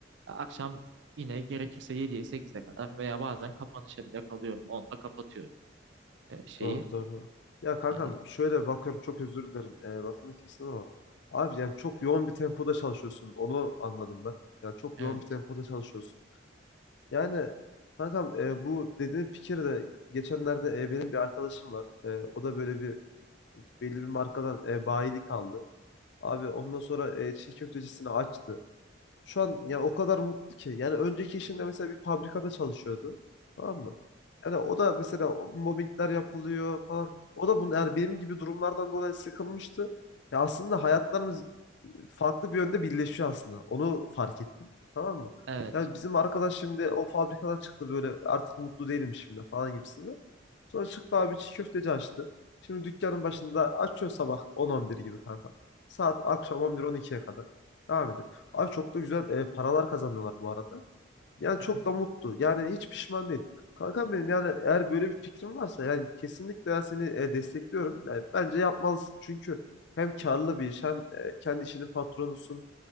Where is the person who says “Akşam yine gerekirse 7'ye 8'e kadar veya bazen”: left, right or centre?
Right